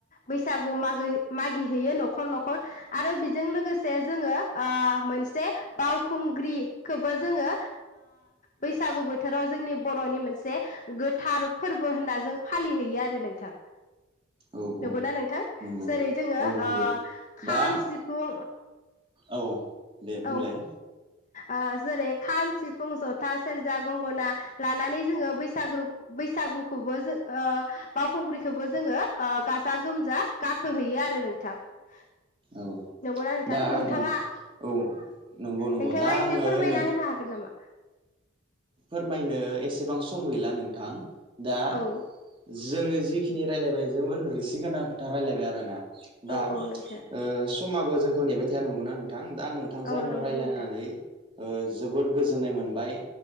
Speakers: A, on the left; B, on the right.
A: बैसागु माग मागिहैयो न'र न'खर न'खर आरो बेजों लोगोसे जोङो ओ मोनसे बावखुंग्रिखौबो जोङो बैसागु बोथोराव जोंनि बर'नि मोनसे गोथ थार फोरबो होनना जों फालिहैयो। यो आरो नोंथां
B: औ
A: नंगौना
B: औ
A: नोंथां
B: नंगौ
A: जेरै जोङो ओ
B: औ नंगौ
A: खाम
B: दा
A: सिफुं
B: ओ औ दे बुंलाय।
A: औ ओ जेरै खाम सिफुं जथा सेरजा गंगना लानानै जोङो बैसागु बैसागुखौबो जो बावखुंग्रिखौबो जोङो ओ गाजा गोमजा गाखोहैयो आरो नोंथां। <inaudible>
B: औ
A: नंगौना नोंथां
B: दा
A: नोंथाङा
B: औ नंगौ नंगौ
A: नोंथाङा
B: दा
A: एसे
B: आङो
A: फोरमायना
B: नों
A: होनो हागोन नामा
B: फोरमायनो एसेबां सम गैला नोंथां। दा
A: औ
B: जोङो जिखिनि रायलायबाय जोंमोन रिसि गोनां खोथा रायलायबाय आरोना दा
A: औ औ नोंथां
B: ओ समाबो जों नेबाय थाया नंगौना नोंथां नोंथां दा नोंथांजों
A: औ
B: आङो
A: नंगौ
B: रायलायनानै
A: नोंथां
B: ओ जोबोर गोजोननाय मोनबाय